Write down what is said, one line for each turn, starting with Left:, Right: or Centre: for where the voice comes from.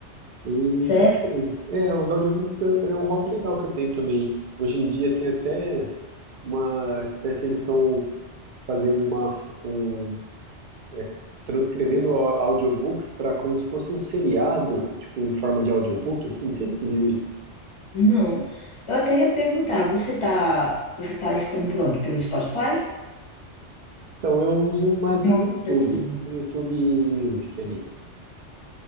Right: E,
Left: Sério?
Right: não sei, é, os audiobooks é, é um hobby legal que eu tenho também. Hoje em dia tem até uma espécie, eles estão fazendo uma, f- um, é, transcrevendo au- audiobooks para como se fosse um seriado, tipo, em forma de audiobook, assim. Não sei se tu viu isso.
Left: Não. Eu até ia perguntar, você tá, você tá escutando por onde? Pelo Spotify?
Right: Então, eu uso mais
Left: Tem
Right: o
Left: um aplicativo.
Right: YouTube, o YouTube Music ali.